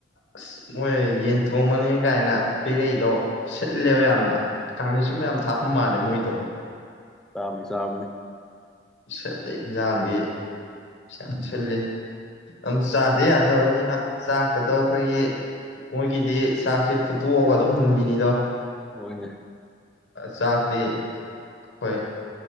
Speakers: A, on the left; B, in the centre.
A: ꯑꯁ ꯃꯣꯏ ꯌꯦꯟ ꯊꯣꯡꯕꯅꯤ ꯒꯥꯏꯅ ꯄꯤꯔꯛꯏ꯫ ꯗꫭ ꯁꯤꯜꯂꯦꯕ ꯌꯥꯝꯅ꯫ ꯈꯥꯃꯦꯟꯁꯤꯟꯕ ꯌꯥꯝ ꯊꯥꯛꯄ ꯃꯥꯜꯂꯦ ꯃꯣꯏꯗꯣ꯫
B: ꯄꯥꯝꯗꯤ ꯆꯕꯅꯤ꯫
A: ꯁꯠꯂꯦ ꯌꯦꯟꯁꯥꯡꯗꯤ꯫ ꯌꯥꯝ ꯁꯤꯜꯂꯤ ꯑꯗꯨꯝ ꯆꯥꯗ ꯌꯥꯗꯕꯅꯤꯅ ꯆꯥ꯫ ꯀꯗꫭ ꯑꯈꯣꯏꯒꯤ꯫ ꯒꯤꯗꯤ ꯆꯥꯛꯁꯦ ꯐꯨꯠꯇꯣꯛ ꯑꯒ ꯑꯗꯨꯝ ꯃꯨꯟꯕꯤꯅꯤꯗꯣ
B: ꯍꯣꯏꯅꯦ꯫
A: ꯆꯥꯛꯇꯤ ꯑꯈꯣꯏ